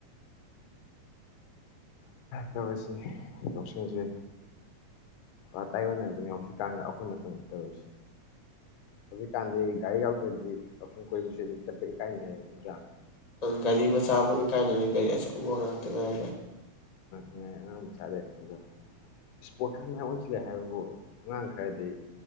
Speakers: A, on the left (about 85°); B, on the left (about 75°).
A: ꯇꯧꯔꯤꯁꯤ ꯌꯥꯎꯁꯪꯁꯦ ꯄꯨꯔꯥ ꯇꯥꯏꯌꯣꯟꯅꯔꯕꯅꯤ ꯍꯧꯖꯤꯛꯀꯥꯟꯒ ꯑꯩꯈꯣꯏ ꯃꯇꯝꯗ ꯇꯧꯔꯤꯁꯤ ꯍꯧꯖꯤꯛꯀꯥꯟꯗꯤ ꯒꯥꯔꯤ ꯌꯥꯎꯗ꯭ꯔꯗꯤ ꯌꯥꯎꯁꯪ ꯀꯣꯏꯕꯁꯤꯗꯤ ꯆꯠꯄ ꯏꯀꯥꯏꯅꯩꯌꯦꯕ ꯅꯠꯇ꯭ꯔꯥ?
B: ꯒꯥꯔꯤ ꯃꯆꯥꯕꯨ ꯏꯀꯥꯏꯅꯔꯦ ꯒꯥꯔꯤ ꯑꯆꯧꯕ ꯉꯥꯛꯇ ꯉꯥꯏꯅ
A: ꯉꯥꯏ ꯑꯉꯥꯡ ꯃꯆꯥ ꯑꯗꯨꯒ ꯏꯁꯄꯣꯔꯠꯇꯁꯨ ꯃꯥꯏꯌ ꯑꯣꯟꯁꯤꯜꯂꯦ ꯍꯥꯏꯕꯕꯨ ꯑꯉꯥꯡ ꯈꯔꯗꯤ